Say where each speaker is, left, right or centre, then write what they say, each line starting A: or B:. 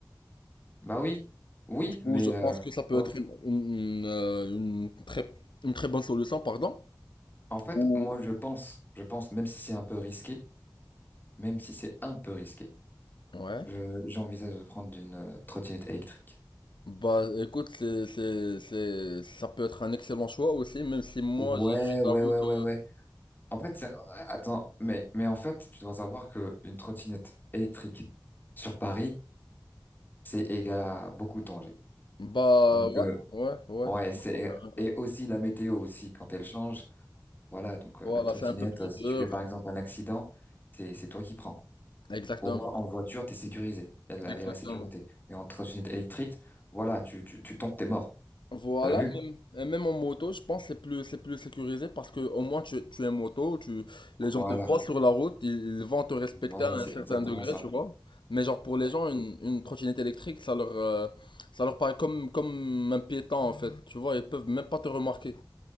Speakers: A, on the left (about 25°); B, on the left (about 85°).
A: Bah oui, oui, mais
B: Ou je pense
A: euh,
B: que ça peut
A: bof.
B: être une, une, une, euh, une très, une très bonne solution, pardon.
A: En fait,
B: Ou...
A: moi je pense, je pense, même si c'est un peu risqué, même si c'est un peu risqué,
B: Ouais.
A: je, j'envisage de prendre une euh, trottinette électrique.
B: Bah, écoute, c'est, c'est, c'est, ça peut être un excellent choix aussi, même si moi,
A: Ouais,
B: je, je
A: ouais,
B: t'avoue
A: ouais,
B: que...
A: ouais, ouais. En fait, c'est- euh, attends, mais, mais en fait, tu dois savoir que une trottinette électrique sur Paris, c'est égal à beaucoup de dangers.
B: Bah,
A: Donc,
B: ouais,
A: euh,
B: ouais, ouais.
A: Ouais,
B: je
A: c'est
B: pense que-
A: et aussi la météo aussi quand elle change. Voilà, donc euh,
B: Voilà,
A: la trottinette,
B: c'est un peu plus
A: euh, si
B: dur.
A: tu fais par exemple un accident, c'est c'est toi qui prends.
B: Exactement.
A: Au moins en voiture, t'es sécurisé. Il y a de la,
B: Exactement.
A: il y a la sécurité. Mais en trottinette électrique, voilà, tu tu tu tombes, t'es mort.
B: Voilà,
A: T'as vu?
B: même, et même en moto, je pense que c'est plus, c'est plus sécurisé parce que au moins tu, tu es moto, tu, les gens
A: Voilà,
B: te voient sur la route, ils, ils vont te respecter
A: voilà,
B: à un
A: c'est
B: certain
A: exactement
B: degré,
A: ça.
B: tu vois. Mais genre pour les gens, une, une trottinette électrique, ça leur, euh, ça leur paraît comme, comme un piéton en fait, tu vois, ils peuvent même pas te remarquer.